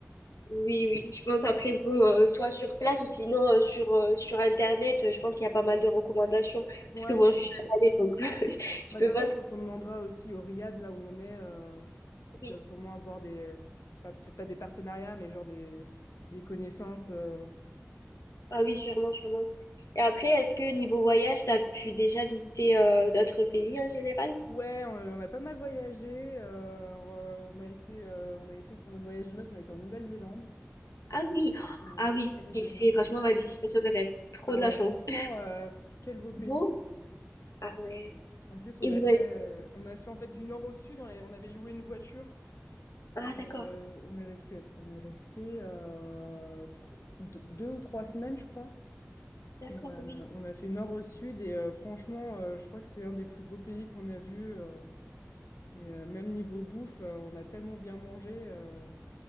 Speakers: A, on the left; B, on the left.
A: Oui, oui, je pense après, bon, euh, soit sur place ou sinon euh, sur, euh, sur Internet, euh, je pense qu'il y a pas mal de recommandations.
B: Ouais,
A: Parce que bon,
B: je pense.
A: je suis jamais allée, donc <laughs> je
B: Bah,
A: peux
B: de toute
A: pas
B: façon, je
A: trop...
B: pense qu'on demandera aussi au Riyad, là où on est. euh, Ils
A: Oui.
B: doivent sûrement avoir des... pas- Peut-être pas des partenariats, mais genre des, des connaissances. euh,
A: Ah oui, sûrement, sûrement. Et après, est-ce que niveau voyage, t'as pu déjà visiter euh, d'autres pays en général?
B: Ouais, on, on a pas mal voyagé. euh, alors, euh, on a été, euh, on a été pour notre voyage de noces, on a été en Nouvelle-Zélande
A: Ah oui,
B: et en
A: ah
B: Nouvelle-Calédonie.
A: oui, c'est franchement ma destination de rêve. Trop
B: Ah
A: de la
B: ouais,
A: chance.
B: franchement,
A: <laughs>
B: euh, pff, quel beau pays.
A: Bon, ah ouais.
B: En plus, on
A: Et
B: a
A: vous
B: fait,
A: avez...
B: euh, on a fait en fait du nord au sud. On a- on avait loué une voiture
A: Ah
B: et
A: d'accord,
B: euh, on est resté, on est resté euh, tro- deux, deux ou trois semaines, je crois.
A: d'accord,
B: Et euh,
A: oui.
B: on a fait nord au sud et euh, franchement, euh, je crois que c'est un des plus beaux pays qu'on a vus. euh, et euh, même niveau bouffe, euh, on a tellement bien mangé. euh,